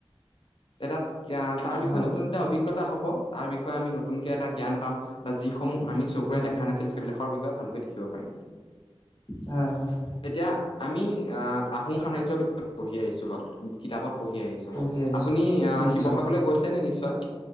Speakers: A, on the left (about 60°); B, on the left (about 35°).
A: তে তাত <unintelligible> তাৰ বিষয়ে
B: হয়
A: নতুন এটা অভিজ্ঞতা হ'ব, তাৰ বিষয়ে আমি নতুনকে এটা জ্ঞান পাম বা যিসমূহ- আমি চকুৰে
B: হয়
A: দেখ নাছিল সেইবিলাকৰ বি ওচৰ পৰা ভালকৈ দেখিব পাৰিম।
B: হ হয়
A: এতিয়া আমি আহ আহোম সাম্ৰাজ্য বিয়য় পঢ়ি আহিছো বাৰু কিতাপত পঢ়ি আহিছো,
B: পঢ়ি আহিছো
A: আপুনি আহ
B: নিশ্চয়
A: শিৱসাগৰলৈ গৈছে নে? নিশ্চয় ক